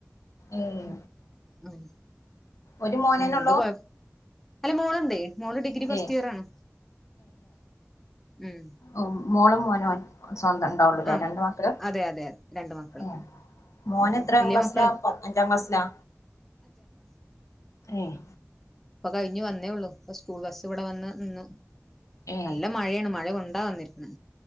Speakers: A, on the left; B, in the centre.
A: ഏഹ്
B: ഉം
A: ഒരു മോനന്നെള്ളൂ
B: ഉം ഇത് കൊയ അല്ല മോള്ണ്ടെ മോള് ഡിഗ്രി ഫസ്റ്റ്
A: ഏഹ്
B: ഇയർ ആണ് ഉം
A: ഓഹ് മോളും മോനും സ്വന്തം ഇണ്ടാവുള്ളൂല്ലേ
B: ആഹ്
A: രണ്ട് മാക്കള്
B: അതെ അതെ അതെ രണ്ട് മക്കള്
A: ഏഹ് മോനെത്രാം
B: ഉം വല്യ
A: ക്ലാസ്സിലാ
B: മക്കള്
A: പത് അഞ്ചാം ക്ലാസ്സിലാ ഏഹ്
B: ഇപ്പ കഴിഞ്ഞു വന്നേ ഒള്ളു ഇപ്പം സ്കൂൾ ബസ്സ് ഇവിടെ വന്ന് നിന്നു.
A: ഏഹ്
B: നല്ല മഴയാണ് മഴ കൊണ്ടാ വന്നിരിക്ക്ണെ